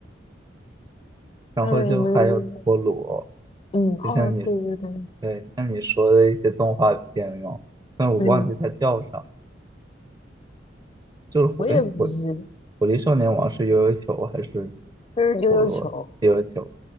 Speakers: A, on the right; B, on the left.
A: 然后就还有陀螺，
B: 嗯，你们，嗯，哦，
A: 就像你
B: 对对对。
A: 对像你说的一些动画片嘛，但我忘记它叫啥，
B: 嗯，
A: 就是火哎火
B: 我也不是，
A: 火力少年王是悠悠球还是
B: 就是悠悠球
A: 陀螺悠悠球？